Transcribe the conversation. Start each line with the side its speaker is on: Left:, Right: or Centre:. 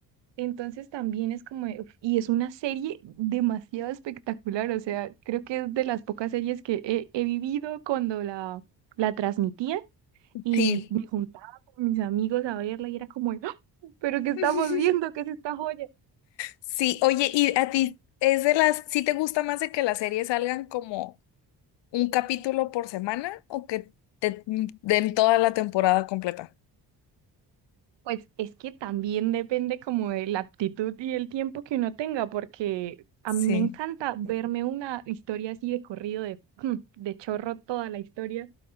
Right: Entonces también es como, de, uf, y es una serie demasiado espectacular, o sea, creo que es de las pocas series que he, he vivido cuando la, la transmitían y
Left: Sí.
Right: me juntaba con mis amigos a verla y era como, ¡Ah! ¿Pero qué estamos
Left: <laughs>
Right: viendo? ¿Qué es esta joya?
Left: Sí, oye, ¿y a ti es de las, sí te gusta más de que las series salgan como un capítulo por semana o que te den toda la temporada completa?
Right: Pues es que también depende como de la aptitud y el tiempo que uno tenga, porque a
Left: Sí,
Right: mí me encanta verme una historia así de corrido, de, <clears throat> de chorro toda la historia,